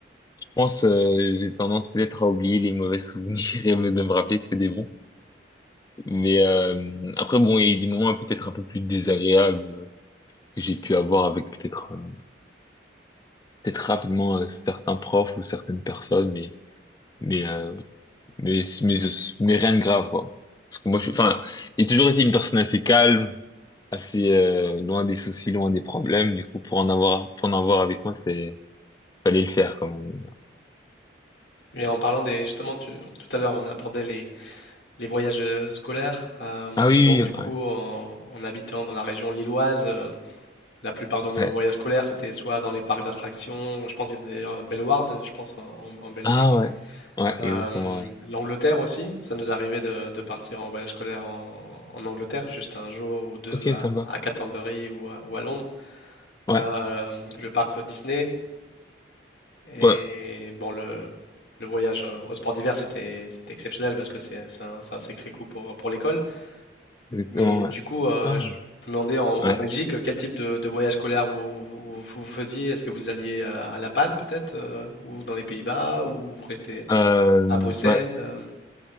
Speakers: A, on the left; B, on the left.
A: Je pense, euh, j'ai tendance peut-être à oublier les mauvais souvenirs <laughs> et me- de me rappeler que des bons. Mais euh, après, bon, il y a eu des moments peut-être un peu plus désagréables euh, que j'ai pu avoir avec peut-être. euh, peut-être rapidement euh, certains profs ou certaines personnes, mais mais euh, mais mais mais rien de grave quoi. Parce que moi, je, suis- enfin, j'ai toujours été une personne assez calme, assez euh, loin des soucis, loin des problèmes. Du coup, pour en avoir pour en avoir avec moi, c'était fallait le faire quand même.
B: Et en parlant des, justement, tu- tout à l'heure, on abordait les, les voyages euh, scolaires. Euh,
A: Ah oui,
B: donc,
A: oui,
B: du coup,
A: ouais,
B: en, en habitant dans la région lilloise, euh, la plupart de nos
A: ouais.
B: voyages scolaires, c'était soit dans les parcs d'attractions, je pense qu'il y d'ailleurs à Bellewaerde, je pense, en, en- en Belgique,
A: Ah ouais, ouais,
B: Euh,
A: exactement. Ouais.
B: l'Angleterre aussi, ça nous arrivait de, de partir en voyage scolaire en, en Angleterre, juste un jour ou deux
A: Ok,
B: à,
A: sympa.
B: à Canterbury ou à, ou à Londres,
A: Ouais,
B: Euh, le parc Disney. Et
A: ouais,
B: bon, le, le voyage euh, au sport d'hiver, c'était c'était exceptionnel parce que c'est c'est un, c'est un sacré coup pour, pour l'école.
A: exactement.
B: Mais
A: Ouais.
B: du coup, euh,
A: Ah
B: je me demandais en, en
A: ouais,
B: Belgique quel type de, de voyage scolaire vous, vous, vous- vous faisiez. Est-ce que vous alliez euh, à La Panne peut-être, euh, ou dans les Pays-Bas, ou vous restez
A: euh,
B: à Bruxelles?
A: ouais,
B: euh,